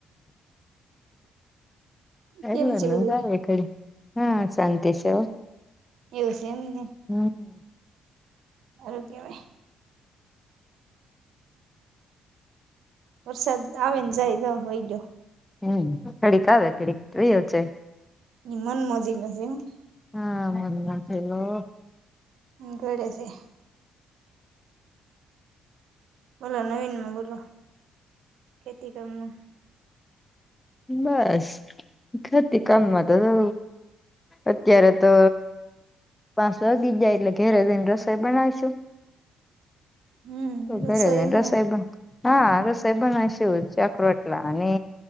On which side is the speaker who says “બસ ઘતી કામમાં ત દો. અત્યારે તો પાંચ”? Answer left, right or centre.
Left